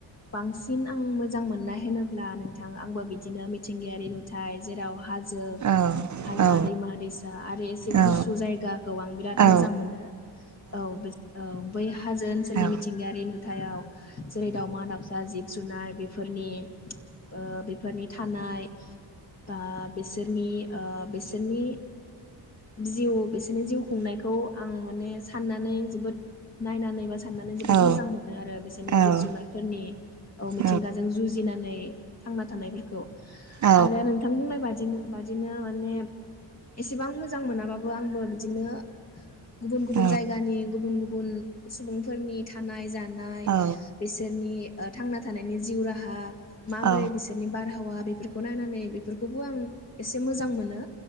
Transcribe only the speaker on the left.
बांसिन आं मोजां मोननाय होनोब्ला नोंथां आंबो बिदिनो मिथिंगायारि नुथाय जेराव हाजो
हाला
दैमा दैसा आरो एसे
गुसु जायगाखौ आं बिराद
मोजां मोनो औ बिज औ। बै हा हाजो ओनसोलनि
मिथिंगायारि नु थायाव जेरै दाउमा दाउसा जिब जुनार बेफोरनि ओ बेफोरनि था थानाय बा बिसोरनि ओ बिसोरनि जिउ बिसोरनि जिउ खुंनाय खौ आं माने साननानै जोबोद नायनानै बा साननानै जोबोद
मोजां मोनो आरो बिसोरनि
जिब जुनारफोरनि ओ
मिथिंगाजों जुजि जुजिनानै थांना थानायफोरखौ आरो
नोंथां बुंनाय बादि बादिनो माने एसेबां मोजां मोनाबाबो आंबो बिदिनो गुबुन गुबुन
जायगानि गुबुन गुबुन सुबुंफोरनि थानाय जानाय
बिसोरनि ओ थांना थानायनि जिउ राहा माबोरै
बिसोरनि बार हावा बेफोरखौ नायनानै बेफोरखौबो आं एसे मोजां मोनो